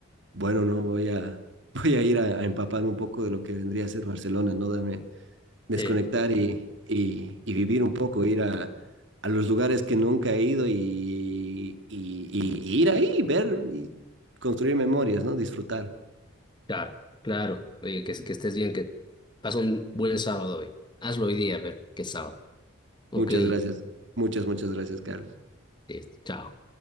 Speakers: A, on the right (about 55°); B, on the left (about 20°).
A: Bueno, no, voy a, <laughs> voy a ir a, a empaparme un poco de lo que vendría a ser Barcelona, ¿no? Dame desconectar
B: Eh.
A: y, y, y vivir un poco, ir a, a los lugares que nunca he ido y, y, y- y ir ahí, ver y construir memorias, ¿no? Disfrutar.
B: Claro, claro. Oye, que, que estés bien, que pasa un buen sábado hoy. Hazlo hoy día, a ver, qué sábado. Ok,
A: Muchas gracias. Muchas, muchas gracias, Carlos.
B: listo, chao.